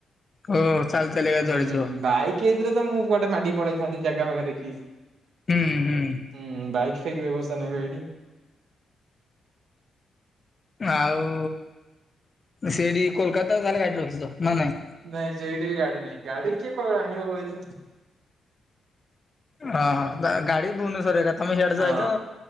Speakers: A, on the left; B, on the right.
A: ଓ ଚାଲି ଚାଲି ଏକା ଯୁଆଡେ
B: ହୁଁ
A: ଯିବ
B: ବାଇ କି ହେଇଥିଲେ ତ ମୁଁ କୁଆଡ଼େ ମାଡିକି ପଳେଇଥାନ୍ତି ଜାଗା ଫାଗା ଦେଖିଁକି।
A: ହୁଁ ହୁଁ।
B: ହୁଁ ବାଇକୀ ଫେଇକି ରେ ବ୍ୟବସ୍ଥା ନାହିଁ ବା ହେଇଠି।
A: ଆଉ ସେଠି କୋଲକାତା ତାହେଲେ ଗାଡି ରଖିଛ ନା ନାଇଁ।
B: ନାଇଁ ସେଇଠି ବି ଗାଡି ନାାଇଁ ଗାଡି କିଏ ଆଣିବ କହିଲୁ।
A: ହଁ ହଁ ଗାଡି ଭୁବନେଶ୍ଵର ଏକା ତମେ ହୀଇଆଡେ
B: ହଁ
A: ଯାଇଛ